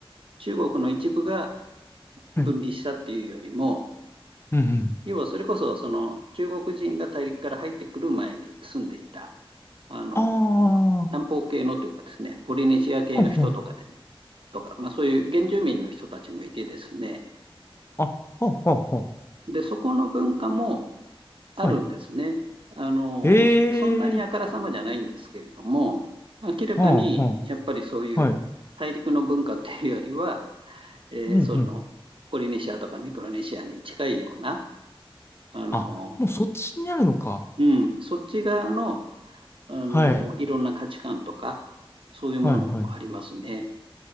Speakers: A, on the right (about 60°); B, on the left (about 25°).
A: 中国の一部が分離したっていうよりも、
B: はい。うん、うん。
A: 要はそれこそその中国人が大陸から入ってくる前に住んでいたあの、
B: ああ、
A: 南方系のというかですね、
B: ほ
A: ポリネシア系の人とかでも、
B: んほん。
A: とか、まあそういう原住民の人たちもいてですね、
B: ああ、あ、ほんほんほん。
A: で、そこの文化もあるんですね。
B: はい。
A: あの、
B: ええ
A: そそんなにあからさまじゃないんですけれども、明らかにやっぱりそういう大陸の文化っていうよりは、
B: はあ、はあ、はい。
A: えーそのポリネシアとかミクロネシアに近いような、
B: うんうん。
A: あの、
B: あ、もうそっちになるのか。
A: うん、そっち側の、あの、
B: はい、
A: いろんな価値観とか、そういうものもありますね。
B: はい、はい。